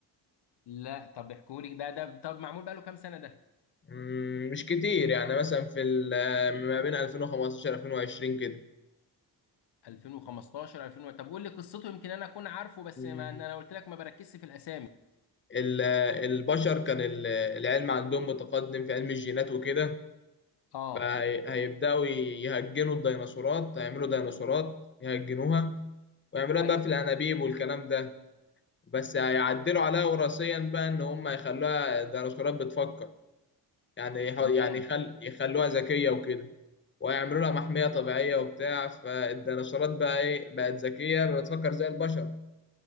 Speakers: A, on the left (about 70°); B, on the left (about 25°).
A: لا طب احكوا لي ده ده طب معمول بقاله كام سنه ده
B: مم، مش كتير يعني مثلا في ال- ما بين 2015 2020 كده
A: 2015 2000 طب قول لي قصته يمكن انا اكون عارفه بس
B: مم،
A: ما انا قلت لك ما بركزش في الاسامي
B: ال- البشر كان ال- العلم عندهم متقدم في علم الجينات وكده
A: اه
B: فهيبدأوا يهجنوا الديناصورات هيعملوا ديناصورات يهجنوها ويعملوها
A: ايوه
B: بقى في الأنابيب والكلام ده بس هيعدلوا عليها وراثيا بقى إن هم يخلوها ديناصورات بتفكر يعني يح- يعني
A: تمام
B: يخل يخلوها ذكية وكده ويعملوا لها محمية طبيعية وبتاع فالديناصورات بقى إيه بقت ذكية بتفكر زي البشر